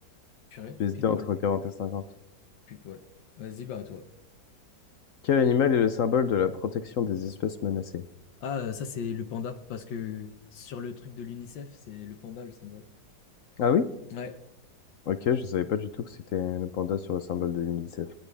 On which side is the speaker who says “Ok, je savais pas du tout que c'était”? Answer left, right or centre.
Left